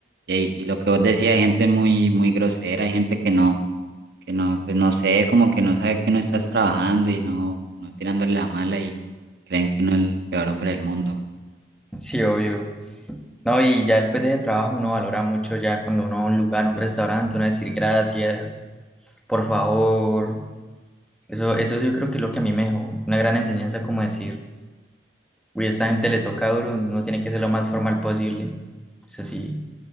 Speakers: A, on the right (about 65°); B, in the centre.
A: y, ahí- y lo que vos decías, hay gente muy, muy grosera, hay gente que no, que no, pues no sé, como que no sabe que uno estás trabajando y no, no tirándole la mala y creen que uno es el peor hombre del mundo.
B: Sí, obvio. No, y ya después de ese trabajo uno valora mucho ya cuando uno va a un lugar, un restaurante, uno decir gracias, por favor. Eso, eso yo creo que es lo que a mí me dejó una gran enseñanza como decir, uy, a esta gente le toca duro, uno tiene que ser lo más formal posible. Eso sí,